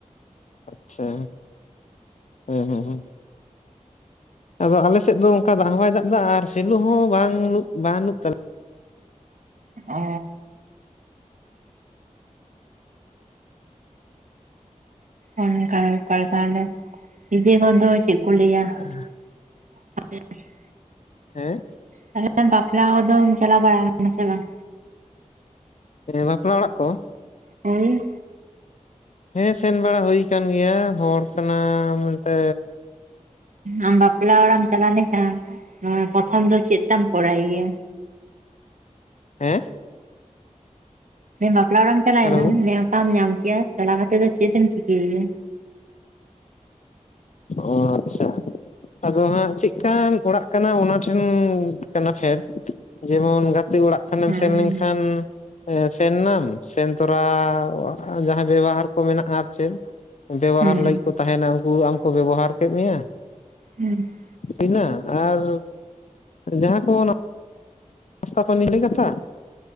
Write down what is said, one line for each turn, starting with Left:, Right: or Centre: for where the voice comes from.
Left: ᱟᱪᱪᱷᱟ, ᱦᱮᱸ ᱦᱮᱸ ᱦᱮᱸ ᱟᱫᱚ ᱟᱞᱮ ᱥᱮᱫ ᱫᱚ ᱚᱱᱠᱟ ᱫᱟᱜ ᱦᱚᱸ ᱵᱟᱭ ᱫᱟᱜ ᱫᱟ ᱟᱨ ᱥᱮᱞᱳ ᱦᱚᱸ ᱵᱟᱝ ᱵᱟ. ᱱᱩᱜ ᱛᱟᱞᱮ
Right: ᱚ ᱚᱱᱠ ᱵᱮᱯᱟᱨ ᱛᱟᱦᱚᱞᱮ, ᱤᱡᱮ ᱠᱚ ᱫᱚ ᱪᱮᱫ ᱠᱚ ᱞᱟᱹᱭᱟ
Left: ᱦᱮᱸ
Right: <inaudible>
Left: ᱦᱮᱸ?
Right: ᱛᱟᱦᱚᱞᱮ ᱵᱟᱯᱞᱟ ᱠᱚᱫᱚᱢ ᱪᱟᱞᱟᱣ ᱵᱟᱲᱟ ᱟᱠᱟᱱᱟ ᱥᱮ ᱵᱟᱝ?
Left: ᱵᱟᱯᱞᱟ ᱚᱲᱟᱜ ᱠᱚ?
Right: ᱦᱳᱭ
Left: ᱦᱮᱸ ᱥᱮᱱ ᱵᱟᱲᱟ ᱦᱩᱭ ᱟᱠᱟᱱ ᱜᱮᱭᱟ ᱦᱚᱲ ᱠᱟᱱᱟ ᱢᱮᱱᱛᱮ
Right: ᱟᱢ ᱵᱟᱯᱞᱟ ᱚᱲᱟᱜ ᱮᱢ ᱪᱟᱞᱟᱣ ᱞᱮᱱᱠᱷᱟᱱ ᱯᱨᱚᱛᱷᱚᱢ ᱫᱚ ᱪᱮᱫ ᱛᱟᱢ ᱠᱚᱨᱟᱭ ᱜᱮᱭᱟ?
Left: ᱦᱮᱸ?
Right: ᱵᱟᱯᱞᱟ ᱚᱲᱟᱜ ᱮᱢ ᱪᱟᱞᱟᱣᱮᱱᱟ
Left: ᱦᱮᱞᱳ
Right: ᱱᱮᱣᱛᱟᱢ ᱧᱟᱢ ᱠᱮᱭᱟ ᱪᱟᱞᱟᱣ ᱠᱟᱛᱮ ᱫᱚ ᱪᱮᱫ ᱮᱢ ᱪᱤᱠᱟᱹᱭᱮᱭᱟ?
Left: ᱚ-ᱟᱪᱪᱷᱟ ᱟᱫᱚ ᱦᱟᱸᱜ ᱪᱮᱫᱠᱟᱱ ᱚᱲᱟᱜ ᱠᱟᱱᱟ ᱚᱱᱟ ᱴᱷᱮᱱ ᱠᱟᱱᱟ ᱯᱷᱮᱰ ᱡᱮᱢᱚᱱ ᱜᱟᱛᱮ ᱚᱲᱟᱜ ᱠᱷᱚᱱᱮᱢ
Right: ᱦᱮᱸ
Left: ᱥᱮᱱ ᱞᱮᱱᱠᱷᱟᱱ ᱮ ᱥᱮᱱ ᱱᱟᱢ ᱥᱮᱱ ᱛᱚᱨᱟ ᱡᱟᱦᱟᱸ ᱵᱮᱵᱚᱦᱟᱨ ᱠᱚ ᱢᱮᱱᱟᱜᱼᱟ ᱟᱨ ᱪᱮᱫ ᱵᱮᱵᱚᱦᱟᱨ
Right: ᱦᱮᱸ
Left: ᱞᱟᱹᱜᱤᱫ ᱠᱚ ᱛᱟᱦᱮᱸᱱᱟ ᱩᱱᱠᱩ ᱟᱢ ᱠᱚ ᱵᱮᱵᱚᱦᱟᱨ ᱠᱮᱫ ᱢᱮᱭᱟ
Right: ᱦᱩᱸ
Left: ᱤᱱᱟᱹ ᱟᱨ ᱡᱟᱦᱟᱸ ᱠᱚ ᱱᱟ ᱱᱟᱥᱛᱟ ᱯᱟᱱᱤ ᱠᱟᱛᱷᱟ